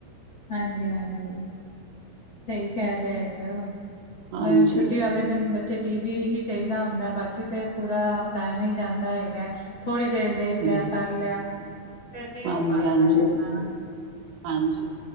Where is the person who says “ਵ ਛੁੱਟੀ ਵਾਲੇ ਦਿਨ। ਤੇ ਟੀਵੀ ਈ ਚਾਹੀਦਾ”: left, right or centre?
Left